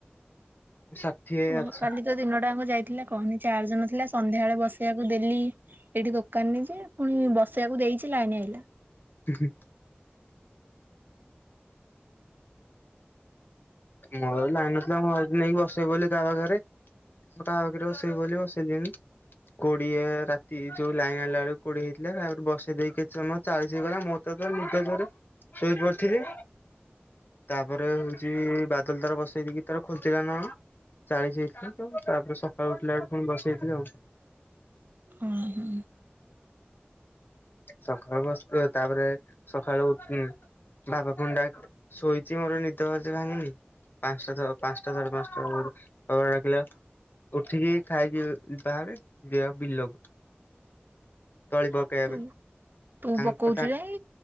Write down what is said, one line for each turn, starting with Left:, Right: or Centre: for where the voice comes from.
Left: ଷା ଠିଏ
Right: ଉଁ
Left: ଅଛି।
Right: କାଲି ତ ଦିନଟାଙ୍କ ଯାଇଥିଲା କହନି ଚାର୍ଜ ନଥିଲା। ସନ୍ଧ୍ୟାବେଳେ ବସେଇଆକୁ ଦେଲି ଏଇଠି ଦୋକାନରେ ଯେ ପୁଣି ବସେଇଆକୁ ଦେଇଛି ଲାଇନ ଆଇଲା।
Left: ହୁଁ ହୁଁ। ମୋର ଲାଇନ ନଥିଲା ମୁଁ ଭାବୁଥିଲି ନେଇକି ବସେଇବି ବୋଲି କାହା ପାଖରେ କାହା ପାଖରେ ବସେଇବି ବୋଲି ବସେଇଲିନି। କୋଡିଏ ରାତି, ଯୋଉ ଲାଇନ ଆଲା ବେଳକୁ କୋଡିଏ ହେଇଥିଲା। ତାପରେ ବସେଇ ଦେଇକି କିଛି ସମୟ ଚାଳିଶି ହେଇଗଲା। ମୋ ତେ ତ ନିଦ ଜୋରେ, ଶୋଇପଡ଼ି ଥିଲି। ତାପରେ ହଉଛି ବାଦଲ ତାର ବସେଇ ଦେଇକି ତାର ଖୋଲିଥିଲା ନା କଣ। ଚାଳିଶ ହେଇଥିଲା ତ। ତାପରେ ସକାଳୁ ଉଠିଲା ବେଳକୁ ପୁଣି ବସେଇଥିଲି ଆଉ।
Right: ଓହୋଃ।
Left: ସକାଳୁ ବସି ପଡିବ। ତାପରେ ସକାଳୁ ଉଠି ବାବା ପୁଣି ଶୋଇଛି ମୋର ନିଦ ଭଲସେ ଭାଙ୍ଗିନି। ପାଞ୍ଚଟା-ପାଞ୍ଚଟା, ସାଢେ ପାଞ୍ଚଟା ବେଳକୁ ବାବା ଡାକିଲେ ଉଠିକି, ଖାଇକି ବାହାରେ ଯିବା ବିଲକୁ ତଳି ପକେଇବା
Right: ତୁ
Left: ପାଇଁ।
Right: ତୁ
Left: ତାଙ୍କ
Right: ପକଉଛୁ
Left: କଥା
Right: ଯାଇ